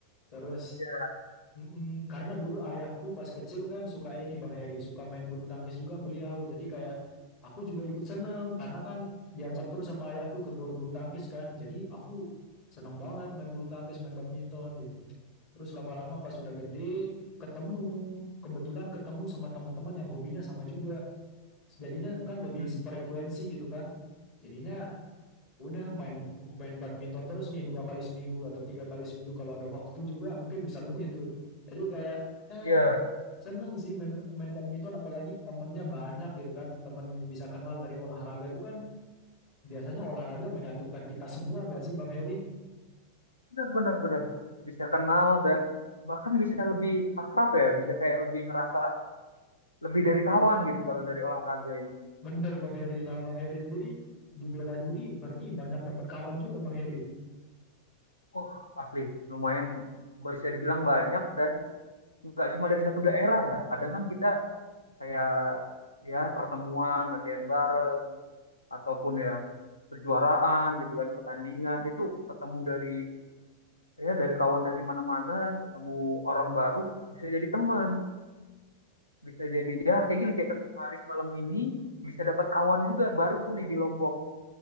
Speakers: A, on the left; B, on the left.
A: Terus
B: Iya,
A: Mm-mm, karena dulu ayahku pas kecil kan suka ini Bang Heri, suka main bulu tangkis juga beliau. Jadi kayak aku juga ikut seneng karena kan diajak terus sama ayahku ke gor bulu tangkis kan. Jadi aku seneng banget main bulu tangkis, main badminton gitu. Terus lama-lama pas sudah gede ketemu, kebetulan ketemu sama teman-teman yang hobinya sama juga. Jadinya kan
B: hmm,
A: lebih sefrekuensi gitu kan. Jadinya Udah main main badminton terus nih dua kali seminggu atau tiga kali seminggu kalau ada waktu juga mungkin bisa lebih itu. Jadi kayaknya
B: iya,
A: seneng sih main, main badminton apalagi temennya banyak gitu kan. Temen yang bisa kenal dari olahraga itu kan biasanya olahraga menyatukan kita semua nggak sih Bang Heri?
B: benar benar benar. Bisa kenal dan bahkan bisa lebih akrab ya, bisa kayak lebih ngerasa lebih dari kawan gitu kalau dari olahraga ini.
A: <laughs> Bener Bang Heri. Nah Bang Heri sendiri di bela diri berarti banyak dapat kawan juga Bang Heri.
B: Oh asli lumayan bisa dibilang banyak dan nggak cuma dari satu daerah ya. Kadang kan kita kayak ya pertemuan, latihan bareng ataupun ya kejuaraan gitu kan pertandingan itu ketemu dari ya dari kawan dari mana-mana ketemu orang baru bisa jadi teman bisa
A: Wow,
B: jadi ya kayak gini kayak ketemu Haris malam ini bisa dapat kawan juga baru nih di Lombok